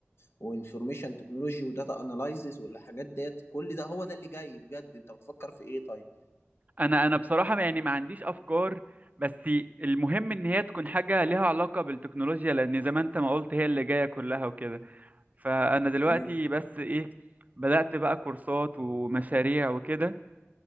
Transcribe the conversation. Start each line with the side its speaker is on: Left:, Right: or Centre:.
Left: وانفورميشن تكنولوجي وداتا اناليزز والحاجات ديت كل ده هو ده اللي جاي بجد انت بتفكر في ايه طيب
Right: انا انا بصراحة يعني ما عنديش افكار بس المهم ان هي تكون حاجة ليها علاقة بالتكنولوجيا لان زي ما انت ما قلت هي اللي جاية كلها وكده فانا دلوقتي
Left: مم.
Right: بس ايه بدأت بقى كورسات ومشاريع وكده